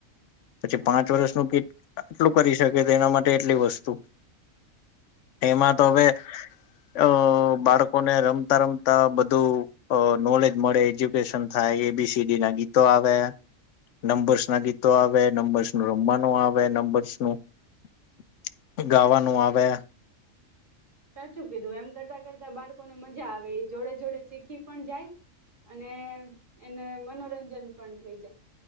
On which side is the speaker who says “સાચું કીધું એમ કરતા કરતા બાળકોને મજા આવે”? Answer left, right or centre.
Right